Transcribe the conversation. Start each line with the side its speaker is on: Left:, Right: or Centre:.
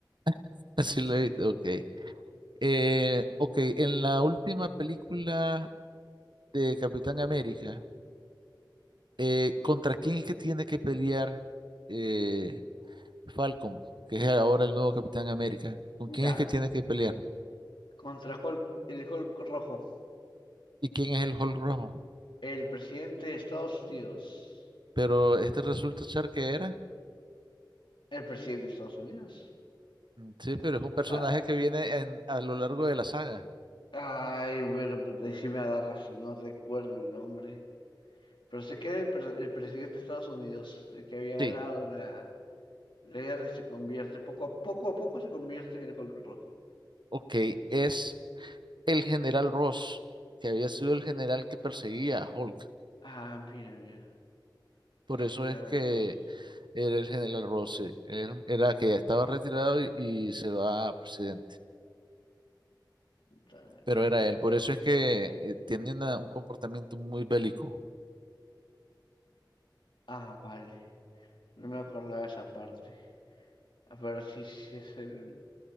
Right: <laughs> Así lo viste, ok. Eh, ok, en la última película de Capitán América, eh, ¿contra quién es que tiene que pelear eh, Falcon, que es ahora el nuevo Capitán América? ¿Con
Left: Ya,
Right: quién es que tiene que pelear?
Left: contra Hulk, el Hulk rojo.
Right: ¿Y quién es el Hulk rojo?
Left: El presidente de Estados Unidos.
Right: Pero este resulta ser que era.
Left: El presidente de Estados Unidos.
Right: Mm, Sí, pero es un personaje
Left: Ah,
Right: que viene en- a lo largo de la saga.
Left: ay, bueno, puta, ahí sí me agarras, no recuerdo el nombre. Pero se queda el, pre- el presidente de Estados Unidos, el que había ganado
Right: Sí,
Left: la, la guerra y se convierte, poco a poco a poco se convierte en el Hulk rojo.
Right: ok, es... el general Ross, que había sido el general que perseguía a Hulk.
Left: Ah, mira, mira.
Right: Por
Left: Es
Right: eso
Left: que era
Right: es que
Left: Ross.
Right: era el general Ross, sí. Él era que ya estaba retirado y, y se va a presidente.
Left: Dale.
Right: Pero era él, por eso es que eh, tiene una- un comportamiento muy bélico.
Left: Ah, vale. No me acordaba esa parte. A ver si, si es el